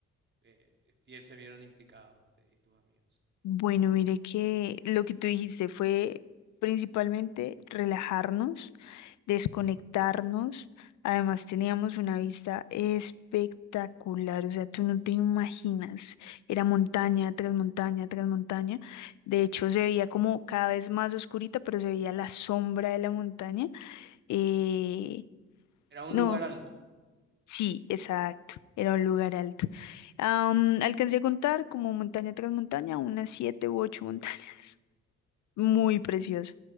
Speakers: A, on the right; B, on the left.
A: eh, fie- se vieron implicados usted y tus amigos?
B: Bueno, mire que lo que tú dijiste fue principalmente relajarnos desconectarnos. Además, teníamos una vista espectacular, o sea, tú no te imaginas. Era montaña tras montaña tras montaña. De hecho, se veía como cada vez más oscurita, pero se veía la sombra de la montaña. Eh,
A: Era un
B: no,
A: lugar alto.
B: sí, exacto. Era un lugar alto. Am, alcancé a contar como montaña tras montaña, unas siete u ocho montañas. <laughs> Muy precioso.